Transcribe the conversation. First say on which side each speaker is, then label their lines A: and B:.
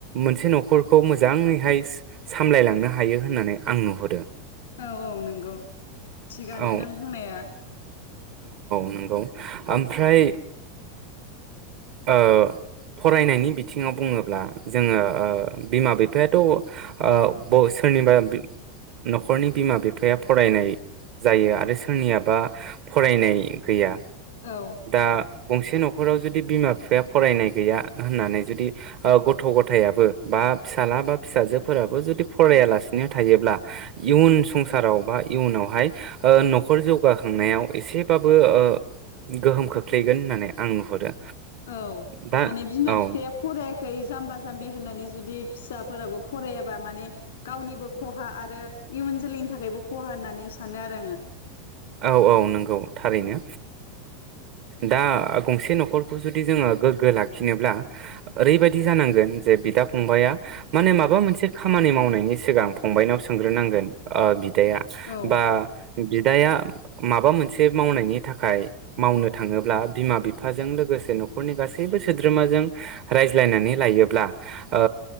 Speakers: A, on the right; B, on the left.
A: मोनसे न'खरखौ मोजाङैहाय सा सामलायलांनो हायो होननानै आं नुहरो।
B: औ औ नोंगौ थिगानो
A: औ
B: नों बुंनाया।
A: नोंगौ आमफ्राय ओ फरायनायनि बिथिङाव बुङोब्ला जोङो ओ बिमा बिफायाथ' आ ब सोरनिबा न'खरनि बिमा बिफाया फरायनाय जायो आरो सोरनियाबा फरायनाय गैया।
B: औ
A: दा गंसे न' खराव जुदि बिमा बिफाया फरायनाय गैया होननानै जुदि ओ गथ' गथायाबो बा फिसाला बा फिसाजोफोराबो जुदि फरायालासिनो थायोब्ला इयुन संसाराव बा इयुनावहाय ओ न'खर जौगाखांनायाव एसेबाबो ओ गोहोम खोख्लैगोन होननानै आं नुहुरो।
B: औ
A: दा
B: माने बिमा
A: औ
B: बिफाया फरायाखै जाम्बा जाम्बि होननानै जुदि फिसा फोराबो फरायाबा माने गावनिबो खहा आरो इयुन जोलैनि थाखायबो खहा होननानै सानो आरो आङो।
A: औ औ नोंगौ थारैनो। दा गंसे न'खरखौ जुदि जोङो गोग्गो लाखिनोब्ला ओरैबायदि जानांगोन जे बिदा फंबाया माने माबा मोनसे खामानि मावनायनि सिगां फंबनाव सोंग्रोनांगोन ओ बि दाया
B: औ
A: बा बिदाया माबा मोनसे मावनायनि थाखाय मावनो थाङोब्ला बिमा बिफाजों लोगोसे न'खरनि गासैबो सोद्रोमाजों रायज्लायनानै लायोब्ला ओ